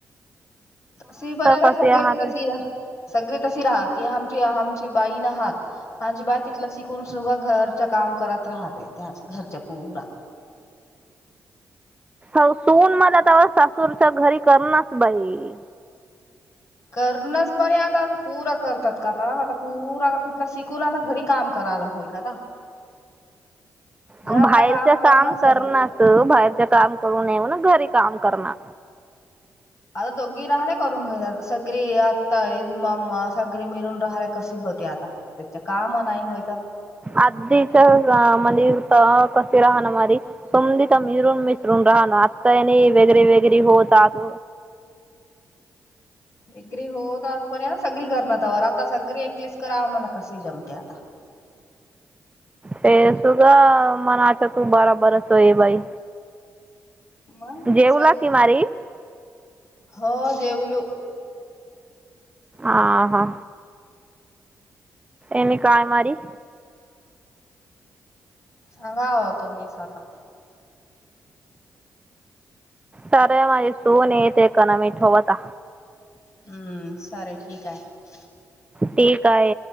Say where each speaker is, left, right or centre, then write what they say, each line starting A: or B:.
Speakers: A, on the left; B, on the right.
A: सि पऱ्याग
B: कसे
A: सगळे
B: आहात
A: तसी राह सगळे तशी राहती हे हामची हे हामची बाई न हात अजिबात तितल शिकुन सुबा घरच्या काम करत राहते त्याच घरचे पुरा
B: अव सून मला तवा सासूरच्या घरी करणास बाई ई
A: करणच परे आता पूरा करतात का आता आता पूरा आ तिथला शिकून आता घरी काम करायला होय का आता. घरातला
B: अम् बाहेरचा
A: करणं
B: काम
A: सोयी
B: करणास तु बाहेरच्या काम करू येेऊ न घरी काम. करना.
A: आता दोघी राहल्या करून घराच सगरी आता एग मामा सगरी मिरून राहाला कशी होती आता त्याच्या काम नाही होयत.
B: आधीच्या अ मंदिर पहा कसे राहणं मारी समधी तमी मिरून मिसरून राहणं आत्ताने वेगरे वेगैरे होतात.
A: वग्री होत आज पण सगळी करण वरात. आता सगरी एकलीच कराव मला कसी जम. त्या ता.
B: ते सुगा मनाच्या तू बरा बरस ये बाई.
A: मग
B: जेवला
A: सग
B: की मारी.
A: हो जेवलु.
B: आ हा, एने काय मारी.
A: सांगा ओ तोमीच आता
B: सर माझे सोने येक ना मी ठेवता.
A: हम्म सारे ठीक आहे
B: ते काय.